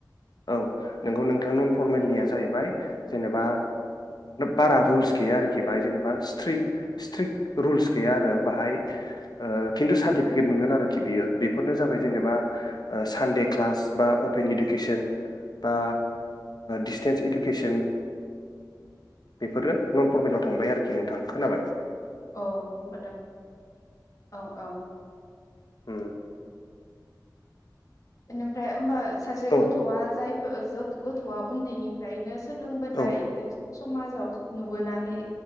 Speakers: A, on the left; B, on the left.
A: औ नोंगौ नोंथां, नन फरमेलनिया। जाहैबाय जेनेबा बारा रुलस गैया आरोखि बाहाय जेनेबा स्ट्रिक स्ट्रिक रुलस गैया आरो, बाहाय खिन्थु सार्टिफिकेट मोनगोन आरोखि बियो बेफोरनो जाबाय जेनेबा। ओ सानडे क्लास बा अपेन इडुकेसन बा डिसटेन्स इडुकेसन बेफोरो नन फरमेलाव थांबाय आरोखि, नोंथां खोनाबाय?
B: औ मादद औ औ।
A: उ
B: बेनिफ्राय होमबा सासे
A: औ
B: गथ'आ जाय गथ'आ उन्दैनिफ्रायनो सोलोंबोनाय
A: औ
B: समाजाव नुबोनानै